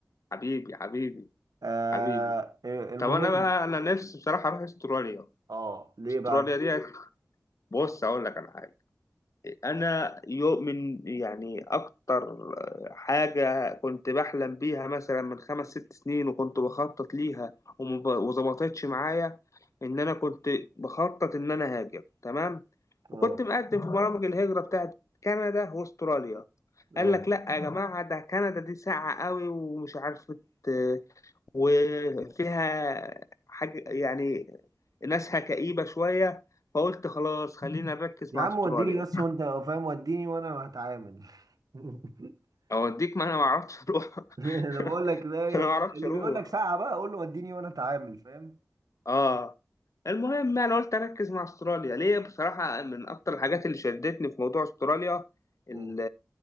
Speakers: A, on the left; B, on the right.
A: حبيبي حبيبي
B: آه
A: حبيبي
B: آه، المهم
A: طب انا بقى انا نفسي بصراحه اروح استراليا
B: اه ليه
A: استراليا
B: بقى
A: دي بص اقول لك على حاجه انا يؤمن يعني اكتر آه، حاجه كنت بحلم بيها مثلا من خمس ست سنين وكنت بخطط ليها وما ب- وظبطتش معايا ان انا كنت بخطط ان انا هاجر تمام
B: اه
A: وكنت مقدم في برامج الهجره بتاعت كندا واستراليا
B: اه
A: قال لك لا يا جماعه ده كندا دي ساقعه قوي ومش عارفه آه، وفيها حاجة يعني ناسها كئيبة شوية فقلت خلاص خلينا نركز
B: يا
A: مع
B: عم
A: استراليا
B: وديني بس وانت فاهم وديني وانا هتعامل <laughs>
A: اوديك ما انا ما اعرفش اروح
B: انا
A: <laughs>
B: بقول لك بقى
A: انا ما اعرفش
B: اللي
A: اروح
B: بيقول لك ساعة بقى قول له وديني وانا اتعامل فاهم
A: اه المهم انا قلت اركز مع استراليا ليه بصراحه من اكتر الحاجات اللي شدتني في موضوع استراليا ال-
B: مم.